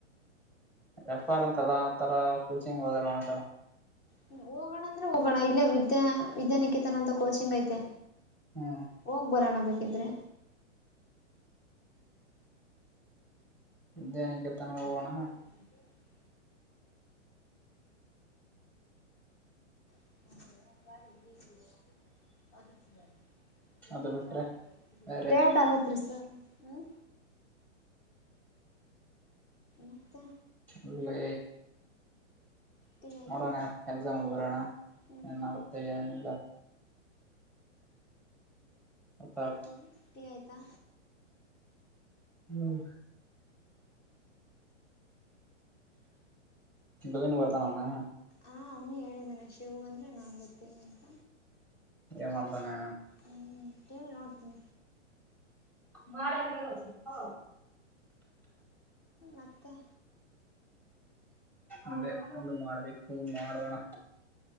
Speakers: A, in the centre; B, on the left (about 25°).
A: ರೆಫರ್ ಅಂತಲ್ಲ ಆ ತರ ಕೋಚಿಂಗ್ <unintelligible>
B: ಹ್ಮ್ ಹೋಗೋಣ ಅಂದ್ರೆ ಹೋಗೋಣ ಇಲ್ಲೇ ವಿದ್ಯಾ ವಿದ್ಯಾನಿಕೇತನ ಅಂತ ಕೋಚಿಂಗ್ ಐತೆ.
A: ಹ್ಞೂ
B: ಹೋಗ್ ಬರೋಣ ಬೇಕಿದ್ರೆ.
A: ವಿದ್ಯಾನಿಕೇತನ್ ಹೋಗೋಣ.
B: <unintelligible>
A: <inaudible>
B: <unintelligible> <unintelligible>
A: ಅದು ಬಿಟ್ರೆ ಬೇರೆ
B: ಡೇಟ್ ಆಗತ್ರಿ ಸರ್ ಹ್ಮ್. ಮತ್ತ
A: ಒಳ್ಳೆ
B: ಟೀ ಆಯ್ತಾ
A: ನೋಡೋಣ ಎಕ್ಸಾಮ್ ಒಂದ್ ಬರಿಯೋಣ
B: ಹ್ಮ್
A: ಏನ್ ಆಗತ್ತೆ ಏನಿಲ್ಲ. ಅತ್ತರ್ಥ
B: ಸರಿ
A: <unintelligible>
B: ಟೀ ಆಯ್ತಾ.
A: ಹ್ಮ್ ಗವಿನು ಬರ್ತಾನ
B: ಹಾ ಅವನು ಹೇಳಿದಾನೆ ಶಿವು ಬಂದ್ರೆ ನಾನೇ ಬರ್ತೀನಿ ಅಂತ
A: ಏ ಮಾಡ್ತಾನೆ
B: ಹ್ಮ್ ಕ ನೋಡ್ತೀನಿ
A: ಮಾಡಳ ಕೋ ಹೌ
B: ಮತ್ತೆ
A: ಅಂದೆ ಒ ಮಾಡ್ಬೇಕು ಹ ಮಾಡೋಣ